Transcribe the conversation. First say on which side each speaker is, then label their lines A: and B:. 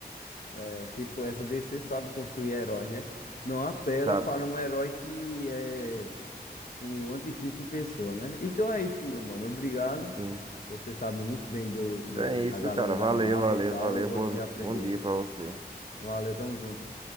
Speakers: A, on the left; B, on the right.
A: É, tipo, essa DC sabe construir heróis, né? Não apela
B: sabe,
A: para um herói que é. O anticristo em pessoa, né? Então é isso, meu mano. Obrigado.
B: sim
A: Você sabe muito bem do, do-
B: Então é
A: da
B: isso,
A: galera
B: cara.
A: da
B: Valeu,
A: Marvel
B: valeu,
A: e tal.
B: valeu.
A: Eu gosto
B: Bom,
A: de aprender.
B: bom dia pra você.
A: Valeu, tamo junto.